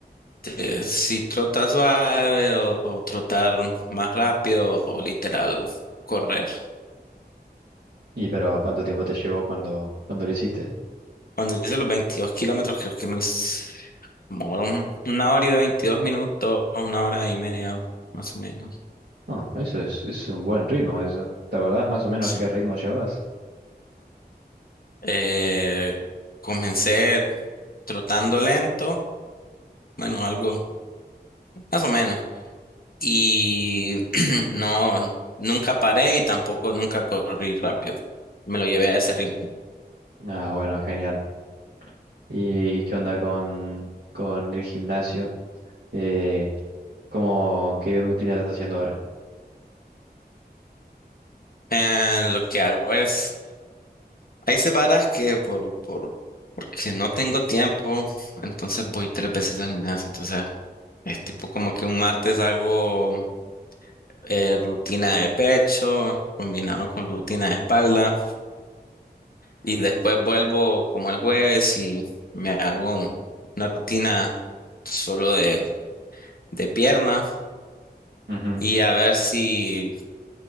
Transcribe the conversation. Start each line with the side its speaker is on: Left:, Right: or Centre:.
Left: de si trotas suave o, o trotar más rápido o literal correr.
Right: Y pero ¿cuánto tiempo te llevó cuando, cuando lo hiciste?
Left: Cuando hice los veintidós kilómetros, creo que mis como una hora y 22 minutos, una hora y media, más o menos.
Right: Ah, eso es, es un buen ritmo eso. ¿Te acordás más o menos
Left: Sí.
Right: qué ritmo llevabas?
Left: Eh, comencé trotando lento, bueno, algo. más o menos. Y <clears throat> no, nunca paré y tampoco nunca corrí rápido. Me lo llevé a ese ring.
Right: Ah, bueno, genial. ¿Y qué onda con, con el gimnasio? Eh, ¿cómo, qué rutina estás haciendo ahora?
Left: Eh, lo que hago es, hay semanas que por, por, porque no tengo tiempo, entonces voy tres veces al gimnasio. Entonces es tipo como que un martes hago eh, rutina de pecho combinado con rutina de espalda y después vuelvo como el jueves y me hago un- una rutina solo de, de pierna
Right: Ujú, ujú.
Left: Y a ver si